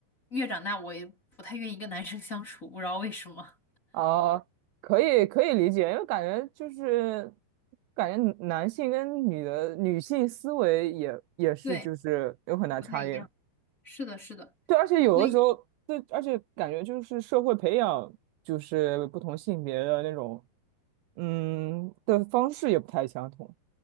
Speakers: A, on the left; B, on the right.
A: 越长大，我也不太愿意跟男生相处，不知道为什么。
B: 哦，可以可以理解，因为感觉就是感觉男性跟女的女性思维也也是就是有很大差异。
A: 对，不太一样。是的，是的，
B: 对，而且有的时候，
A: 所以
B: 对，而且感觉就是社会培养就是不同性别的那种嗯的方式也不太相同。